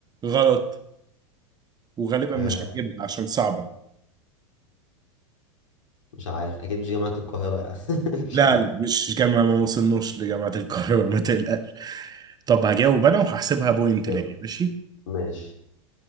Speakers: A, on the right; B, on the left.
A: غلط وغالبا
B: آه
A: مش هتجيبها عشان صعبة
B: مش عارف اكيد مش جامعة القاهرة يعني <laughs> مش
A: لا
B: عارف
A: لا مش جامعة ما وصلناش لجامعة القاهرة ما تقلقش طب هجاوب أنا وهحسبها بوينت
B: جاوب
A: ليا ماشي
B: ماشي